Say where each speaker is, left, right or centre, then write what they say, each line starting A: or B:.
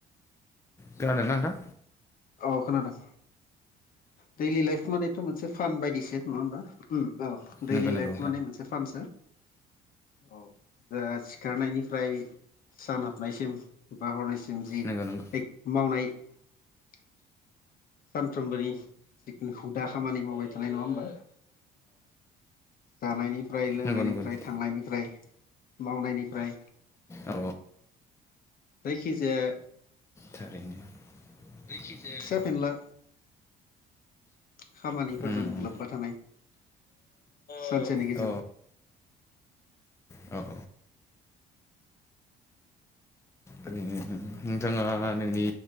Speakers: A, on the left (about 15°); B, on the left (about 60°).
A: खोनादों ना नोंथां
B: औ खोनादों दैलि लाइफ मानि थ' मोनसे फान बायदिसो नङा होमबा औ दैलि
A: नङा होमबा
B: लाइफ मे मोनसे फानसो औ दा सिखारनायनिफ्राय सान हाबनायसिम बा हरनायसिम सिम जि
A: नंगौ नंगौ
B: मावनाय <unintelligible> सानफ्रोमबोनि जिखुनु हुदा खामानि मावबाय थानाय नङा होमबा जानायनिफ्राय लोंनायनिफ्राय
A: नंगौ नंगौ <unintelligible>
B: थांनायनिफ्राय मावनायनिफ्राय
A: औ
B: जायखि जाया
A: थारैनो जायखिजाया
B: फिसा फेनला खामानिफोरजों
A: उम
B: लोब्बा थानाय सानसेनि गेजेराव
A: औ औ औ ओै नोंथाङा नोंनि